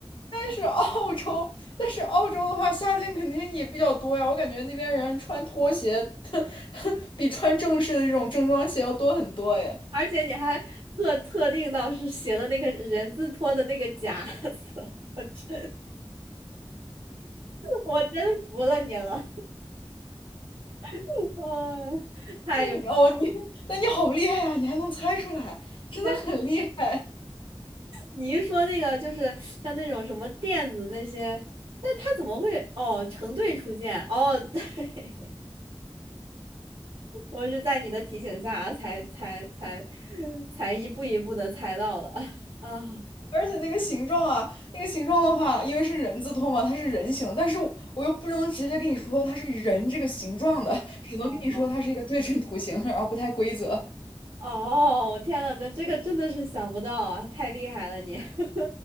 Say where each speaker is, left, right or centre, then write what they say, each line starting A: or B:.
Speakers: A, on the left; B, on the right.
A: 但是澳洲，但是澳洲的话，夏天肯定也比较多呀。我感觉那边人穿拖鞋，<laughs> 比穿正式的这种正装鞋要多很多哎。
B: 而且你还特特定到是写的那个人字拖的那个夹子，<laughs> 我真我真服了你了，<laughs> 嗯，太有。
A: 嗯哦，你，那你好厉害呀！你还能猜出来，真的很厉害。
B: 但是你一说那个就是像那种什么垫子那些，但他怎么会哦成对出现哦？<laughs> 对。我是在你的提醒下才才才 <laughs> 才一步一步的猜到了 <laughs> 啊！
A: 而且那个形状啊，那个形状的话，因为是人字拖嘛，它是人形，但是我又不能直接跟你说它是人这个形状的，只能跟你说它是一个对称图形，
B: 好吗？
A: 然后不太规则。
B: 哦，天呐，那这个真的是想不到啊，太厉害了你！<laughs>